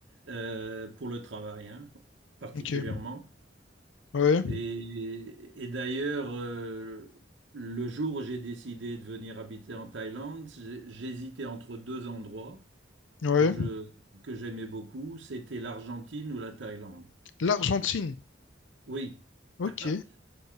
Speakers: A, on the right (about 75°); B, on the left (about 80°).
A: euh, pour le travail, hein, particulièrement.
B: Ok. Ouais,
A: Et, et d'ailleurs, euh, le jour où j'ai décidé de venir habiter en Thaïlande, j'ai- j'hésitais entre deux endroits.
B: ouais.
A: que je, que j'aimais beaucoup, c'était l'Argentine ou la Thaïlande.
B: L'Argentine.
A: Oui.
B: Ok.
A: <laughs>